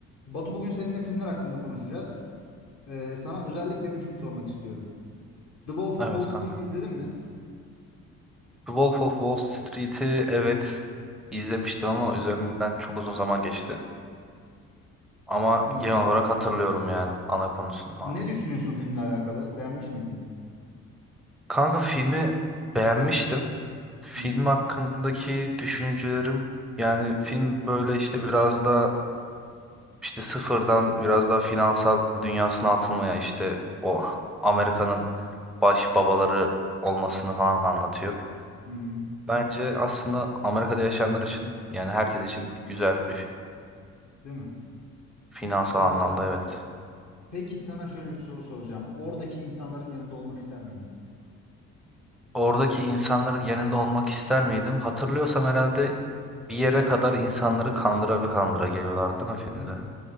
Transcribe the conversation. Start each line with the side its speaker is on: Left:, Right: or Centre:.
Left: Batu bugün seninle filmler hakkında konuşacağız. Ee, sana özellikle bir film sormak istiyorum. The Wolf of
Centre: Evet
Left: Wall Street'i
Centre: kanka.
Left: izledin mi?
Centre: The Wolf of Wall Street'i evet izlemiştim ama üzerinden çok uzun zaman geçti. Ama
Left: Anladım.
Centre: genel olarak hatırlıyorum yani ana konusunu falan.
Left: Ne düşünüyorsun filmle alakalı? Beğenmiş miydin?
Centre: Kanka filmi beğenmiştim. Film
Left: Hı hı.
Centre: hakkındaki düşüncelerim yani film böyle işte biraz da işte sıfırdan biraz daha finansal dünyasına atılmaya işte o Amerika'nın baş babaları olmasını falan anlatıyor.
Left: Hı hı.
Centre: Bence aslında Amerika'da yaşayanlar için yani herkes için güzel bir film.
Left: Değil mi?
Centre: Finansal
Left: Ee,
Centre: anlamda evet.
Left: peki sana şöyle bir soru soracağım. Oradaki insanların yerinde olmak ister miydin?
Centre: Oradaki insanların yanında olmak ister miydim? Hatırlıyorsam herhalde bir yere kadar insanları kandıra kandıra geliyorlardı değil mi filmde?
Left: Evet.